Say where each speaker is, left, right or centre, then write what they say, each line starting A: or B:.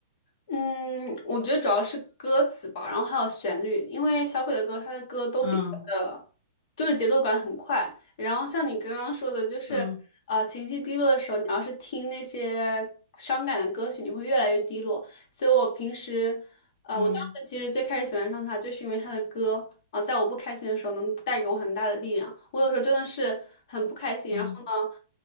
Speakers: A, on the left (about 55°); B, on the left (about 90°).
A: 嗯，我觉得主要是歌词吧，然后还有旋律，因为小鬼的歌，他的歌都比较的，
B: 嗯
A: 就是节奏感很快。然后像你刚刚说的，就是呃情绪低落的时候，
B: 嗯
A: 你要是听那些伤感的歌曲，你会越来越低落。所以我平时，呃，
B: 嗯
A: 我当时其实最开始喜欢上他，就是因为他的歌啊，在我不开心的时候能带给我很大的力量。我有时候真的是很不开心，
B: 嗯
A: 然后呢。